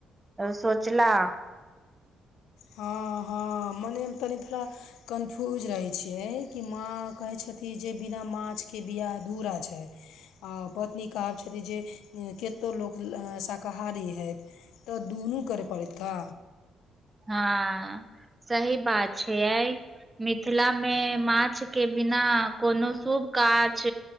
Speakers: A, on the right (about 20°); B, on the left (about 85°).
A: सोचला?
B: हँ हँ मने तनि थरा कन्फ्यूज रहै छियै कि माँ कहै छथिन जे बिना माछके बियाहधूरा छै आ पत्नी कहब छथिन जे केतौ लोक शाकाहारी हथि तऽ दुनू करै पड़ैत का
A: हँ सही बात छै अ मिथिला मे माछ के बिना कोनो शुभ काछ